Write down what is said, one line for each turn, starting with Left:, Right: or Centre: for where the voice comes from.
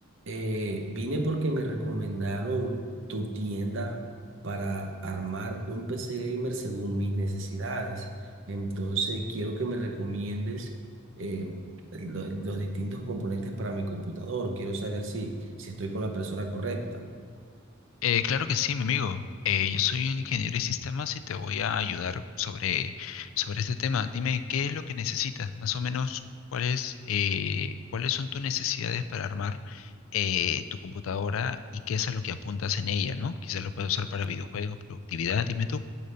Right: Eh, vine porque me recomendaron tu tienda para armar un PC gamer según mis necesidades. Entonces, quiero que me recomiendes eh, lo- los distintos componentes para mi computador. Quiero saber si, si estoy con la persona correcta.
Left: Eh, claro que sí, mi amigo. Eh, yo soy un ingeniero de sistemas y te voy a ayudar sobre, sobre este tema. Dime, ¿qué es lo que necesitas? Más o menos, ¿cuáles, eh, cuáles son tus necesidades para armar eh, tu computadora y qué es a lo que apuntas en ella, ¿no? Quizás lo puedes usar para videojuegos, productividad, dime tú.